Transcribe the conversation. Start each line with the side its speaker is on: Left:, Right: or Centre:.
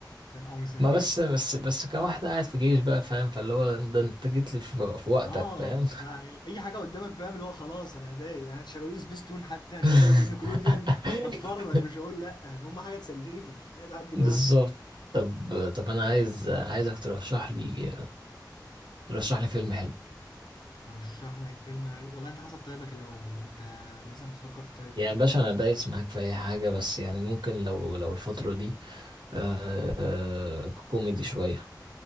Left: فاهم او من سنتين
Right: ما بس بس بس كان واحد قاعد في جيش بقى فاهم فاللي هو ده انت جيت لي في, في وقتك
Left: اه
Right: فاهم
Left: ده يعني اي حاجه قدامك فاهم اللي هو خلاص انا ادائي يعني شغلوا لي سبيستون حتى
Right: <laughs>
Left: شغلوا لي نيكولوديان هتفرج مش هقول لا المهم حاجه تسليني حاجه تعدي الوقت
Right: بالظبط طب طب انا عايز عايزك ترشح لي ترشح لي فيلم حلو
Left: ارشح لك فيلم حلو والله انت حسب طيبك الاول انت مثلا بتفكر في طيب
Right: يعني
Left: ايه
Right: باشا انا دايس معاك في اي حاجه بس يعني ممكن لو لو الفتره دي آه كوميدي شوية